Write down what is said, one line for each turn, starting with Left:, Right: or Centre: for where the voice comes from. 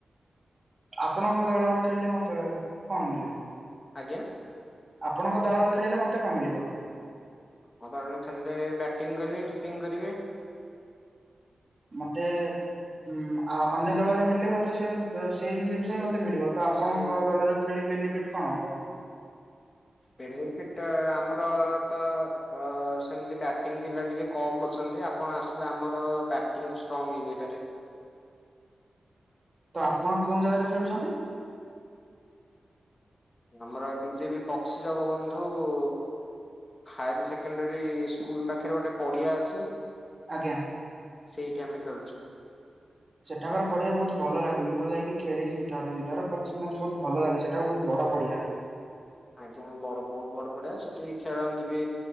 Right: ଆପଣଙ୍କ ଦଳରେ ଖେଳିଲେ ମତେ କଣ ମିଳିବ?
Left: ଆଜ୍ଞା
Right: ଆପଣଙ୍କ ଦଳରୣ ଖେଳିରେ ମୋତେ କଣ ମିଳିବ?
Left: ମୋ ପାଖରେ ଖେଳିଲେ ବ୍ୟାଟିଂ କରିବେ କିପିଙ୍ଗ କରିବେ।
Right: ମତେ-ଏ-ଏ-ଏ ଉମ୍ ଅ ଅନ୍ୟ ଦଳରେ ମିଳିଲେ ମତେ ସେମ୍ ଅ ସେମ ଜିନିଷ
Left: ସେ
Right: ହିଁ ମତେ ମିଳିବ ତ ଆପଣଙ୍କ
Left: ସେ
Right: ଦଳରେ ଖେଳିଲେ ବେନିଫିଟ୍ କଣ ହବ?
Left: ବେନିଫିଟା ଆମର-ଅ-ଅ-ଅ ତ-ଅ-ଅ ସେମିତି ବାଟିଂ ପିଲା ଟିକେ କମ ଅଛନ ଆପଣ ଆସିଲେ ଆମର ବ୍ୟାଟିଂ ଷ୍ଟ୍ରଙ୍ଗ୍ ହେଇଯାଇ ପାରେ।
Right: ତ ଆପଣ କୋଉ ଜାଗାରେ ଖେଳୁଛନ୍ତି?
Left: ଆମର BJP Bakshi Jagabandhu Harris secondary school ପାଖରେ ଗୋଟେ ପଡିଆ ଅଛି।
Right: ଆଜ୍ଞା।
Left: ସେଇଠି ଆମେ ଖେଳୁଛୁ।
Right: ସେଠାକାର ପଡିଆ ବହୁତ ଭଲ ଲାଗେ ମୁଁ ତ ଯାଇକି ଖେଳିିବି ଥରେ ଦିଇଥର ପ ମତେ ବହୁତ ଭଲ ଲାଗେ ସେଟା ବହୁତ ବ ପଡିଆ।
Left: ଆଜ୍ଞା ବଡ ବହୁତ ବଡ ପଡିଆ ସେଠି ଖେଳନ୍ତି ବି